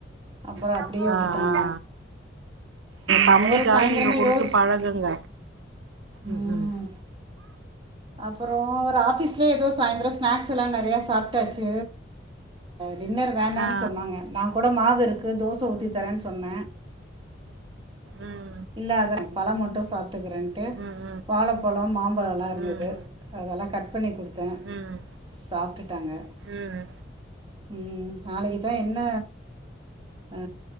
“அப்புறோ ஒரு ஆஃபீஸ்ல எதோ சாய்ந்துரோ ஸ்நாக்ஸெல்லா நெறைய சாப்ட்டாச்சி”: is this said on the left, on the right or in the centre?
Right